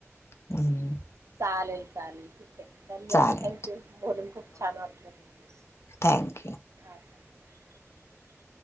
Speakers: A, on the left; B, on the right.
A: हम्म.
B: चालेल चालेल ठीक आहे धन्यवाद
A: चालेल
B: थँक्यू बोलून खूप छान वाटलं थॅन्क यू स
A: थँक यू.
B: <unintelligible>